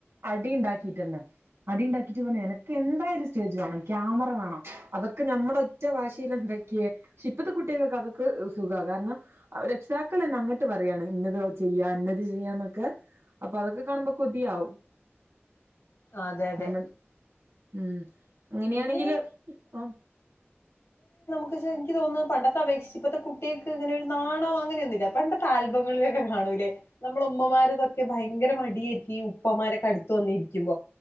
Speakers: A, on the right; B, on the left.
A: അടിണ്ടാക്കീട്ടുണ്ട് അടി ഉണ്ടാക്കിട്ട് പറഞ്ഞ് എനക്ക് എന്തായാലൊരു സ്റ്റേജ് വേണം ക്യാമറ വേണം അതൊക്കെ നമ്മടെ ഒറ്റ വാശീലണ്ടാക്കിയത് പക്ഷേ ഇപ്പത്ത കുട്ട്യകൊക്കത് ത് സുഖാ കാരണം രക്ഷിതാക്കളെന്നെ അങ്ങോട്ട് പറയാണ് ഇന്നത് ചെയ്യാ ഇന്നത് ചെയ്യാന്നൊക്കെ അപ്പൊ അതൊക്കെ കാണുമ്പോ കൊതിയാവും
B: അതെ അതെ
A: നമ്മൾ ഉം അങ്ങനെയാണെങ്കില്
B: പിന്നെ
A: ഓ
B: ഇൻക്ക് തോന്നുന്നു പണ്ടത്തെപേക്ഷിച്ച് ഇപ്പത്തെ കുട്ടികൾക്ക് ങ്ങനെരു നാണോ അങ്ങനെയൊന്നുമില്ല പണ്ടത്തെ ആൽബങ്ങളിലൊക്കെ കാണൂല്ലേ നമ്മള ഉമ്മമാര്തൊക്കെ ഭയങ്കര മടിയായിറ്റ് ഈ ഉപ്പമാരൊക്കെടുത്ത് വന്നിരിക്കും